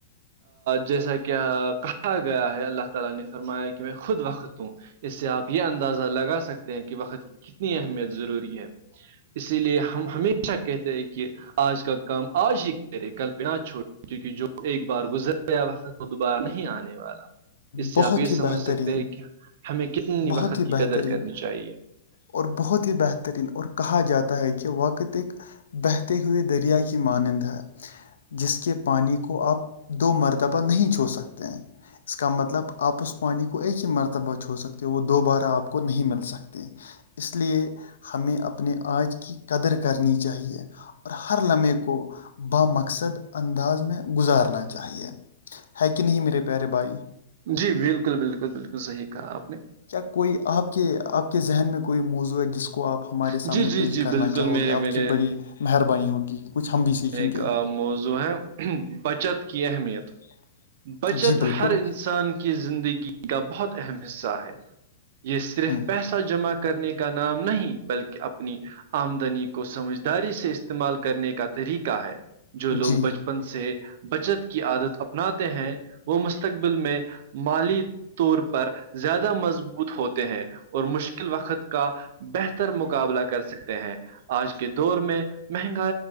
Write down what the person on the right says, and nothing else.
جیسا کہ کہا گیا ہے اللہ تعالی نے فرمایا میں خود وقت ہوں اس سے آپ یہ اندازہ لگا سکتے ہیں کہ وقت کی کتنی اہمیت ضروری ہے اسی لیے ہم ہمیں ھا کہتے ہیں کہ آج کا کام آج ہی کرے کلپنا چھوڑ کیونکہ جو ایک بار گزر گیا وقت وہ دوبارہ نہیں آنے والا اس سے
آپ یہ
سمجھ
سکتے ہیں کہ ہمیں کتنی
وقت
کی
قدر کرنی چاہیے
جی بالکل بالکل بالکل صحیح کہا آپ نے
جی
جی
جی
بالکل
میرے
میرے
کا موضوع ہے بچت کی اہمیت
بچت
ہر انسان کی زندگی کا بہت اہم حصہ ہے یہ صرف
پیسہ جمع کرنے کا نام نہیں بلکہ اپنی آمدنی کو سمجھداری سے استعمال کرنے کا طریقہ ہے جو لوگ
بچپن سے بچت کی عادت اپ تے ہیں وہ مستقبل میں مالی طور پر زیادہ مضبوط ہوتے ہیں اور مشکل وقت کا بہتر مق قابلہ کر سکتے ہیں آج کے دور میں مہنگا